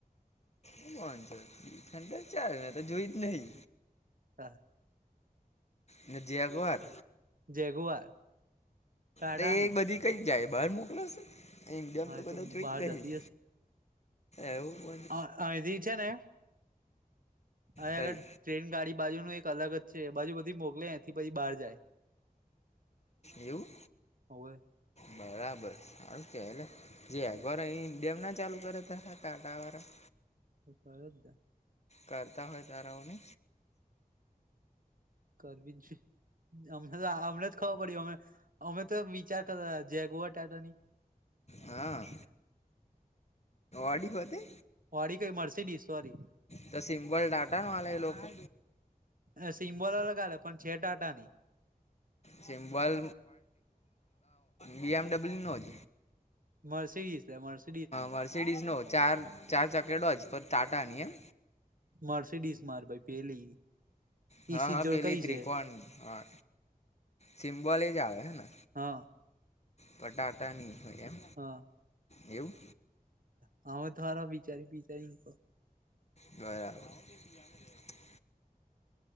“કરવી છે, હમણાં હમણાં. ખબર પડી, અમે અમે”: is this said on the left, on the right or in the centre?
Right